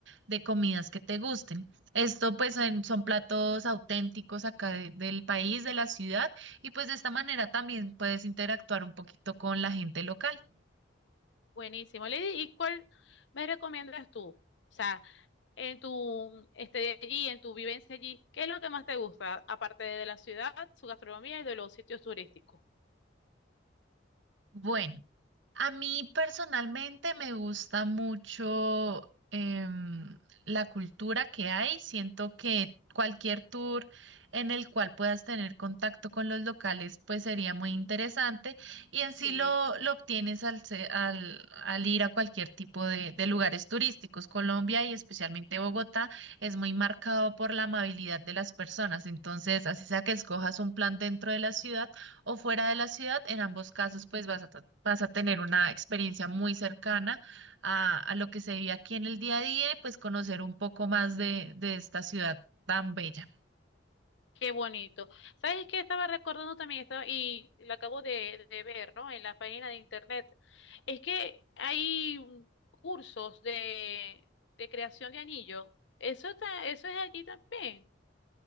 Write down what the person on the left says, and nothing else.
Buenísimo. Lady, ¿y cuál me recomiendas tú? O sea, en tu, este de allí, en tu vivencia allí, ¿qué es lo que más te gusta, aparte de la ciudad, su gastronomía y de los sitios turísticos?
Sí.
Qué bonito. ¿Sabes qué? Estaba recordando también, estaba, y lo acabo de, de ver, ¿no? En la página de internet. Es que hay mm, cursos de, de creación de anillos. Eso está, eso es allí también,